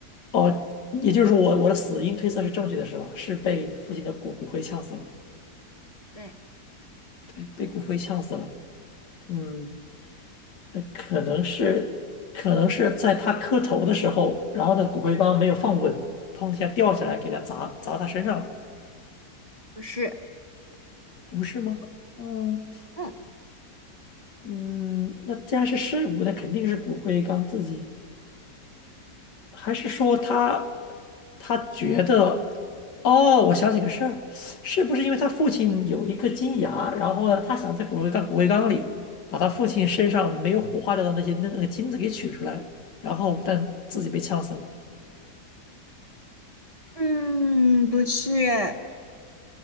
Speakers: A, on the left; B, on the right.
A: 哦，也就是说我我的死因推测是正确的，是吧？是被父亲的骨骨灰呛死了，
B: 对，
A: 对，被骨灰呛死了。嗯，呃可能是可能是在他磕头的时候，然后呢骨灰缸没有放稳，砰一下掉下来给他砸砸他身上了，
B: 不是，
A: 不是吗？嗯。
B: 嗯
A: 嗯，那既然是尸骨，那肯定是骨灰缸自己，还是说他他觉得，哦，我想起个事儿，是不是因为他父亲有一颗金牙，然后呢，他想在骨灰缸骨灰缸里把他父亲身上没有火化掉的那些那个金子给取出来，然后但自己被呛死了
B: 嗯，不是，